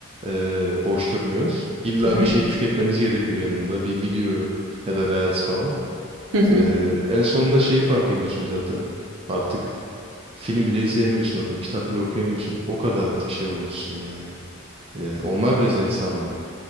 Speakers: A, on the right (about 25°); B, on the right (about 80°).
A: e, boş durmuyoruz. İlla
B: Hı hı.
A: bir şey tüketmemiz gerekiyor yanında. Bir video ya da reels falan.
B: Hı hı.
A: E, en sonunda şeyi fark ediyorsun zaten. Artık film bile izleyemiyorsun atıyorum. Kitap bile okuyamıyorsun. O kadar artık şey olmuşsun yani. E, onlar bile seni sarmıyor.